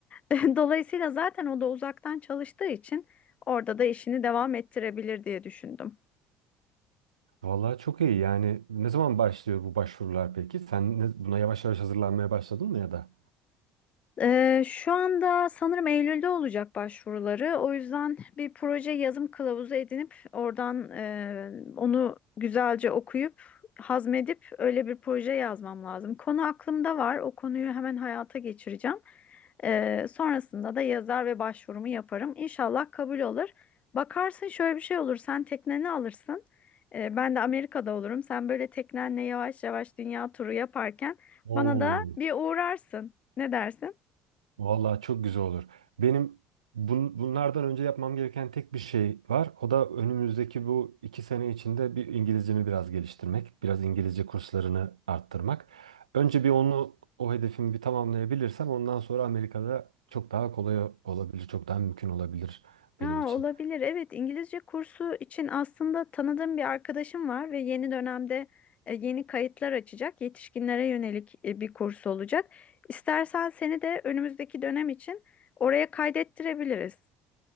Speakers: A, on the left; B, on the right.
A: <laughs> Dolayısıyla zaten o da uzaktan çalıştığı için orada da işini devam ettirebilir diye düşündüm.
B: Vallahi çok iyi yani ne zaman başlıyor bu başvurular peki? Sen ne- buna yavaş yavaş hazırlanmaya başladın mı ya da?
A: Ee, şu anda sanırım Eylül'de olacak başvuruları. O yüzden bir proje yazım kılavuzu edinip oradan e, onu güzelce okuyup hazmedip öyle bir proje yazmam lazım. Konu aklımda var. O konuyu hemen hayata geçireceğim. Ee, sonrasında da yazar ve başvurumu yaparım. İnşallah kabul olur. Bakarsın şöyle bir şey olur. Sen tekneni alırsın. Ee, ben de Amerika'da olurum. Sen böyle teknenle yavaş yavaş dünya turu yaparken bana
B: Oo.
A: da bir uğrarsın. Ne dersin?
B: Vallahi çok güzel olur. Benim bun- bunlardan önce yapmam gereken tek bir şey var. O da önümüzdeki bu iki sene içinde bir İngilizcemi biraz geliştirmek, biraz İngilizce kurslarını arttırmak. Önce bir onu, o hedefimi bir tamamlayabilirsem ondan sonra Amerika'da çok daha kolay olabilir, çok daha mümkün olabilir
A: Ya
B: benim için.
A: olabilir. Evet, İngilizce kursu için aslında tanıdığım bir arkadaşım var ve yeni dönemde e, yeni kayıtlar açacak. Yetişkinlere yönelik e, bir kurs olacak. İstersen seni de önümüzdeki dönem için oraya kaydettirebiliriz.